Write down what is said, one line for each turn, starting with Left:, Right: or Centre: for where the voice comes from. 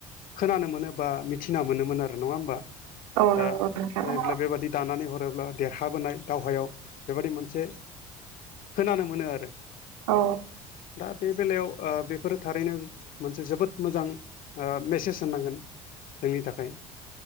Left: खोनानो मोनो बा मिथिना मोनोमोन आरो नङा होमबा?
Right: औ
Left: दा
Right: नंगौ नोंथां
Left: जायोब्ला बेबायदि दानानै हरोब्ला देरहाबोनाय दावहायाव बेबायदि मोनसे खोनानो मोनो आरो।
Right: औ।
Left: दा बे बेलायाव ओ बेफोरो थारैनो मोनसे जोबोद मोजां। ओ मेसेज होनांगोन। जोंनि थाखाय